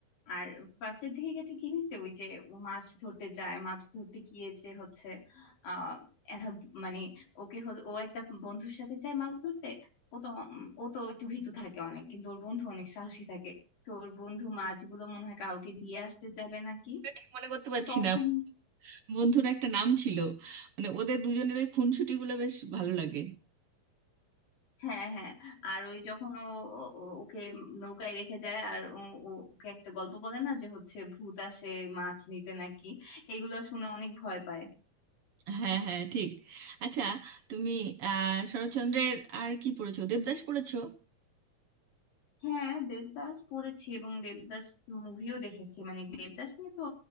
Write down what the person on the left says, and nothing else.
আর ফার্স্টের দিকে ক্ষেত্রে কি হয়েছে ওই যে ও মাছ ধরতে যায় মাছ ধরতে গিয়ে যে হচ্ছে আহ এহ, মানে ওকে হ- ও একটা বন্ধুর সাথে যায় মাছ ধরতে ও তো উম, ও তো একটু ভীতু থাকে অনেক কিন্তু ওর বন্ধু অনেক সাহসী থাকে তো ওর বন্ধু মাছগুলো মনে হয় কাউকে দিয়ে আসতে যাবে নাকি
তখন
হ্যাঁ হ্যাঁ আর ওই যখন ও ও- ও- ওকে নৌকায় রেখে যায় আর ও ও- ওকে একটা গল্প বলে না যে হচ্ছে ভূত আসে মাছ নিতে নাকি এগুলো শুনে অনেক ভয় পায়
হ্যাঁ দেবদাস পড়েছি এবং দেবদাস মুভিও দেখেছি মানে দেবদাস নিয়ে তো